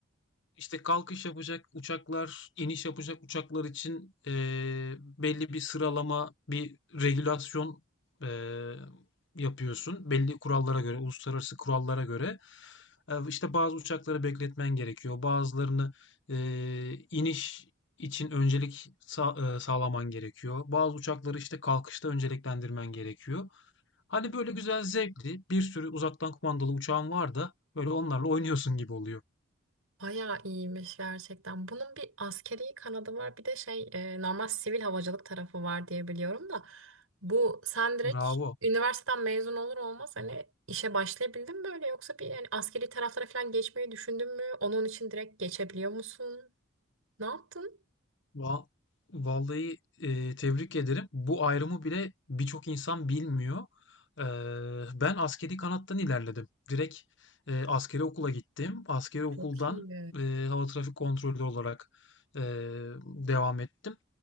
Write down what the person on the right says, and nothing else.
Bayağı iyiymiş gerçekten. Bunun bir askeri kanadı var, bir de şey e, normal sivil havacılık tarafı var diye biliyorum da. Bu sen direkt
üniversiteden mezun olur olmaz hani işe başlayabildin mi öyle yoksa bir yani askeri taraflara falan geçmeyi düşündün mü? Onun için direkt geçebiliyor musun? Ne yaptın?
Çok iyi